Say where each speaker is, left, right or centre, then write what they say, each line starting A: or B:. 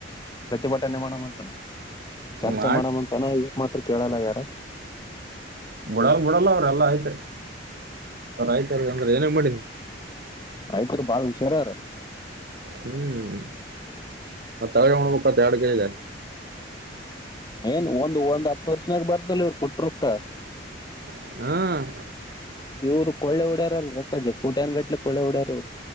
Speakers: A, on the left; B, on the right.
A: ಪ್ರತಿಭಟನೆ ನಿರ್ಮಾಣ ಅಂತಾನ ಚರ್ಚೆ
B: ಮಾಡಿ
A: ಮಾಡಮ ಅಂತಾನ ಇವಾಗ ಮಾತ್ರ ಕೇಳಲ್ಲ ಯಾರ
B: ಬಿಡಲ್ ಬಿಡಲ್ಲ ಅವ್ರೆಲ್ಲ ಆಯ್ತೆ ಅವ ಆಯ್ತಾರ ಅಂದ್ರೆ ಏನಂಗ ಮಾಡಿನಿ
A: ರೈತರು ಬಾಳ ಹುಷಾರಾರ
B: ಹ್ಮ್ ಹ ತಾವ ಬಕ್ಕ ತಡಗೆಲ್ಲ
A: ಏನ್ ಒಂದ್ ಒಂದ್ ಹತ್ತು ವರ್ಷನಾಗ ಬರ್ದಲ್ ಇವರು ಕುಟರುಕ್ಕ
B: ಹ್ಮ
A: ಇವ್ರು ಕೊಳ್ಳೆ ಡ್ಯಾರಲ್ಲಪ್ಪಜ ಕೋಟ್ಯನ್ ಗಟ್ಟಲೆ ಕ ಕೊಳ್ಳೆ ಡ್ಯಾರ್ರು